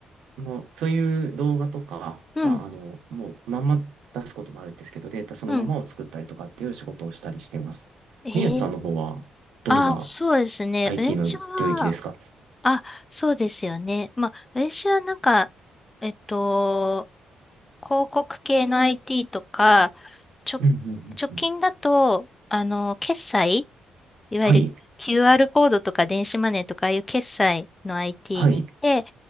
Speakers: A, on the right; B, on the left.
A: の、そういう動画とか、
B: うん
A: まあ、あの、もう、まんま出すこともあるんですけど、データそのままを作ったりとかっていう仕事をしたりしてます。
B: うん。ええ。
A: みゆさんの方は、どんな
B: あ、そうですね。
A: IT
B: 私は、
A: の領域ですか
B: あ、そうですよね。まあ、私はなんか、えっと、広告系の IT とか、ちょ、
A: うんうんうんうん。
B: 直近だと、あの、決済いわゆる
A: はい、
B: QR コードとか電子マネーとかああいう決済の IT
A: はい。
B: に行って、